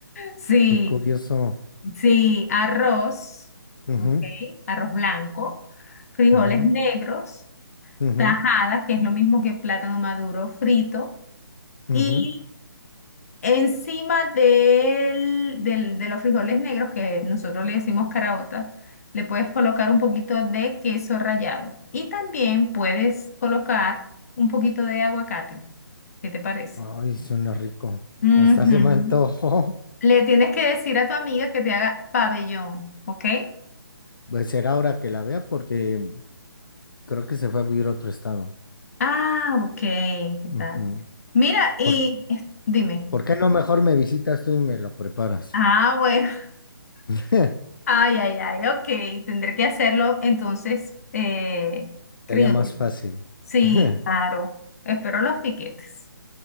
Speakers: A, on the left; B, on the left.
A: Sí,
B: Qué curioso.
A: sí, arroz,
B: Ujú,
A: ok, arroz blanco, frijoles
B: ujú,
A: negros,
B: ujú,
A: tajadas, que es lo mismo que plátano maduro frito,
B: ujú.
A: y Encima del, del- de los frijoles negros, que nosotros le decimos caraotas, le puedes colocar un poquito de queso rallado. Y también puedes colocar un poquito de aguacate. ¿Qué te parece?
B: Ay, suena rico.
A: Ujú.
B: Hasta se me antojó.
A: Le tienes que decir a tu amiga que te haga pabellón, ¿ok?
B: Pues será ahora que la vea porque creo que se fue a vivir a otro estado.
A: Ah, ok, ¿qué
B: Ujú.
A: tal? Mira, y
B: ¿Por,
A: es- dime.
B: por qué no mejor me visitas tú y me lo preparas?
A: Ah, bueno. <laughs>
B: <laughs>
A: Ay, ay, ay, ok. Tendré que hacerlo entonces, eh, criollo.
B: Sería más fácil.
A: Sí,
B: <laughs>
A: claro. Espero los tiquetes.